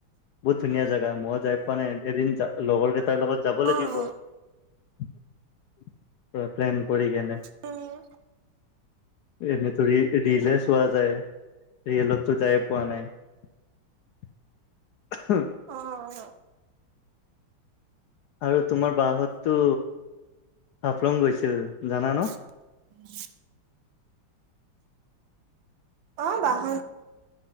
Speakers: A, on the left; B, on the right.
A: বহুত ধুনীয়া জাগা। মইও যাই পোৱা নাই এদিন যা লগৰ কেইটাৰ লগত যাব লাগিব।
B: অ',
A: পোৰা প্লেন কৰি কেনে।
B: উম,
A: এনেইতো ৰি-ৰিলে চোৱা যায় ৰিয়েলততো যায়ে পোৱা নাই।
B: অ', অ',
A: আৰু তোমাৰ বা হততো হাফলং গৈছিল জানা ন'?
B: <unintelligible> অ, বা হত